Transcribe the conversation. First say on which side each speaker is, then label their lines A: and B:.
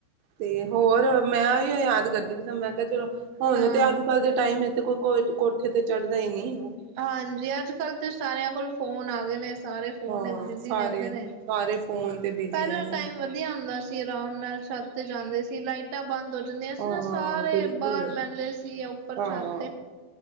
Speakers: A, on the right; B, on the right.
A: ਤੇ ਹੋਰ ਮੈਂ ਵੀ ਓ ਯਾਦ ਕਰ ਦਿਖਦਾ ਮੈਂ ਕਿਆ ਚਲੋ ਹੁਨ
B: ਹਾਂ
A: ਤੇ ਅੱਜ-ਕੱਲ ਦੇ ਟਾਈਮ ਵਿੱਚ ਕੋਈ ਕੋ ਕੋਠੇ ਤੇ ਚੜਦਾ ਈ ਨਈਂ।
B: ਹਾਂਜੀ, ਅੱਜ-ਕੱਲ ਤੇ ਸਾਰੇਆਂ ਕੋਲ ਫੋਨ ਆ ਗੇ ਨੇ। ਸਾਰੇ ਫੋਨ
A: ਹਾਂ
B: ਵਿਚ ਬਿਜੀ
A: ਸਾਰੇ
B: ਰੈਂਦੇ ਨੇ,
A: ਸਾਰੇ ਫੋਨ ਤੇ ਬਿਜੀ
B: ਪੈਲਾਂ
A: ਹੁੰਦੇ
B: ਟੈਮ
A: ਨੇ
B: ਵਦ ਵਦੀਆ ਹੁੰਦਾ ਸੀ ਅਰਾਮ ਨਾਲ ਛੱਤ ਤੇ ਜਾਂਦੇ ਸੀ ਲਾਈ ਟਾਂ ਬੰਦ ਹੋ ਜਾਂਦੀਆਂ ਸੀ
A: ਹਾਂ
B: ਨਾ ਸਾਰੇ
A: ਬਿਲਕੁਲ
B: ਬਾਰ ਬੈਂਦੇ ਸੀ ਉੱਪਰ
A: ਹਾਂ,
B: ਛੱਤ